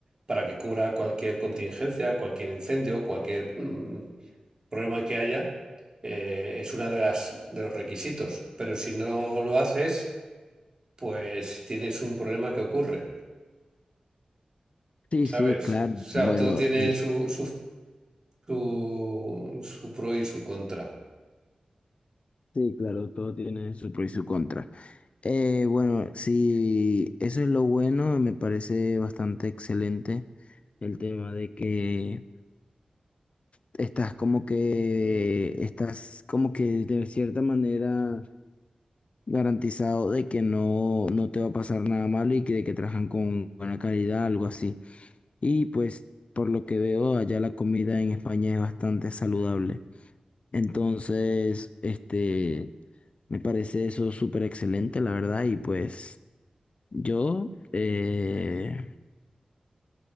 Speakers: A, on the right; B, on the left.
A: para que cubra cualquier contingencia, cualquier incendio, cualquier... mm, problema que haya, eh, es una de las de los requisitos. Pero si no lo haces, pues tienes un problema que ocurre,
B: sí,
A: ¿sabes?
B: sí, claro.
A: Claro,
B: Bueno,
A: todo tiene
B: mira,
A: su, su, su, su pro y su contra.
B: sí, claro, todo tiene su pro y su contra. Eh, bueno, sí, eso es lo bueno, me parece bastante excelente el tema de que estás como que, estás como que de cierta manera garantizado de que no, no te va a pasar nada malo y que de que trabajan con buena calidad, algo así. Y pues, por lo que veo, allá la comida en España es bastante saludable. Entonces, este, me parece eso súper excelente, la verdad, y pues yo, eh,